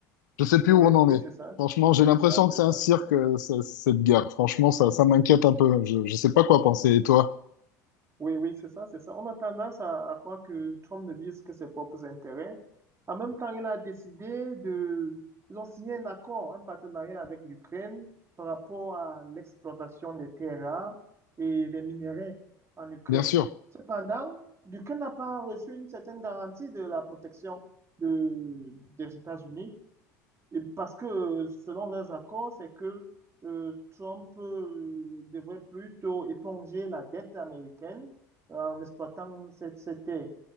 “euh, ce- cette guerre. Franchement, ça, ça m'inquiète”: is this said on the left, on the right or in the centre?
Left